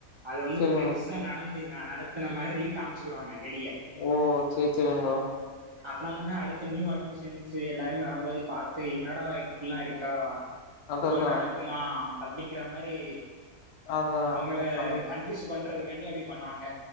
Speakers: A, on the right (about 45°); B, on the left (about 60°).
A: அத வந்து
B: சேரிங்க
A: பெருஸ் ஸா நடந்தி நடத்துன மாரி காம்ச்சுக்குருவாங்க வெளிய
B: ஓ சேரி சேரிங் ப்ரோ
A: அப்னாதான அடுத்த நியூ அட்மிஷன்ஸு எல்லாருமே வரம்போது பாத்து என்னாடா இப்புடிலா இருக்கா
B: அதா
A: இப்புல்லா
B: அதா
A: நடக் குமா அப்டிங்கற மாதிரி
B: அதா
A: அவுங்கள
B: அந்
A: கன் பியூஸ் பண்றதுக்காண்டி அப்டி பண்ணுவாங்க